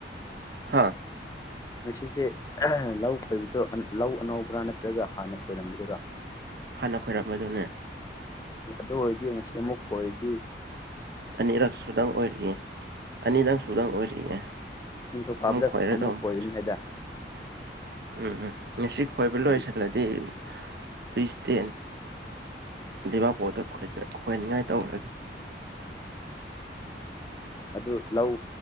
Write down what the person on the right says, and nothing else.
ꯍꯥꯥ
ꯍꯥꯟꯅ ꯈꯣꯏꯔꯝꯃꯦꯗꯨꯅꯦ
ꯑꯅꯤꯔꯛ ꯁꯨꯗꯪ ꯑꯣꯏꯔꯤꯌꯦꯦ ꯑꯅꯤꯗꯪ ꯁꯨꯗꯪ ꯑꯣꯏꯔꯤꯌꯦ
ꯑꯍꯨꯝ ꯈꯣꯏꯔꯗꯧꯕ
ꯃꯥꯅꯦ
ꯎꯝ ꯎꯝ ꯉꯁꯤ ꯈꯣꯏꯕ ꯂꯣꯏꯁꯤꯜꯂꯗꯤ
ꯇꯨꯏꯁ ꯇꯦꯟ ꯂꯩꯕꯥꯛꯄꯣꯗ ꯈꯣꯏꯅꯤꯡꯉꯥꯏ ꯇꯧꯔꯒꯦ